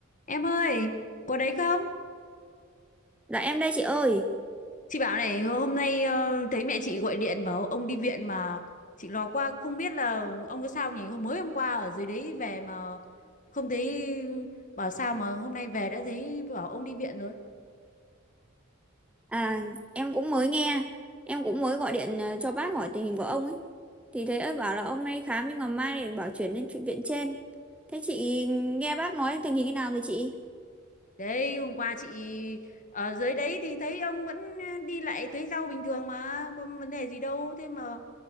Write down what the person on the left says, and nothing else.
Em ơi, có đấy không?
Chị bảo này, hôm nay ờ, thấy mẹ chị gọi điện bảo ông đi viện mà chị lò qua không biết là ông có sao nhỉ? Hôm mới hôm qua ở dưới đấy về mà không thấy bảo sao mà hôm nay về đã thấy bảo ông đi viện rồi.
Đấy, hôm qua chị ở dưới đấy thì thấy ông vẫn đi lại tưới rau bình thường mà, có vấn đề gì đâu. Thế mà